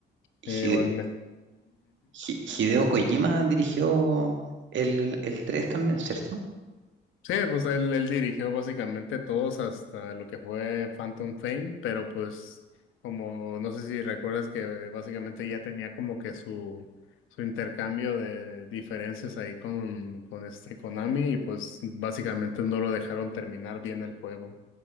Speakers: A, on the right; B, on the left.
A: Y
B: igualmente.
A: Hide- Hi- Hideo Kojima dirigió el, el 3 también, ¿cierto?
B: Sí, pues él, él dirigió básicamente todos hasta lo que fue Phantom Fame, pero pues como no sé si recuerdas que básicamente ya tenía como que su, su intercambio de diferencias ahí con, con este Konami y pues básicamente no lo dejaron terminar bien el juego.